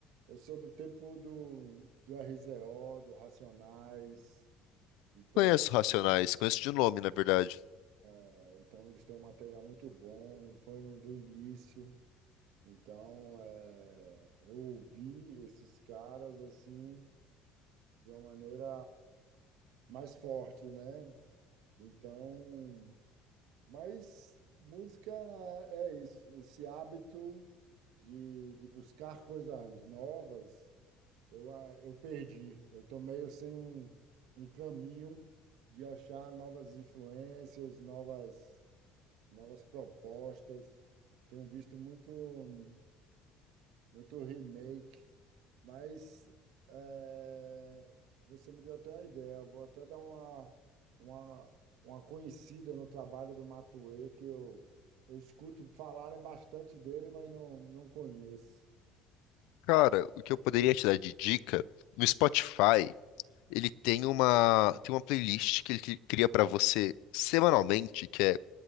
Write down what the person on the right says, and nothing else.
Eu sou do tempo do, do RZO, do Racionais, então,
é, então eles têm um material muito bom, foram do início. Então, eh, eu ouvi esses caras assim de uma maneira mais forte, né? Então, mas música é isso, esse hábito de, de buscar coisas novas Eu, ah, eu perdi. Eu tô meio sem um, um caminho de achar novas influências, novas, novas propostas. Tenho visto muito, muito remake, mas eh, você me deu até uma ideia. Eu vou até dar uma, uma, uma conhecida no trabalho do Matuê, que eu, eu escuto falarem bastante dele, mas não, não conheço.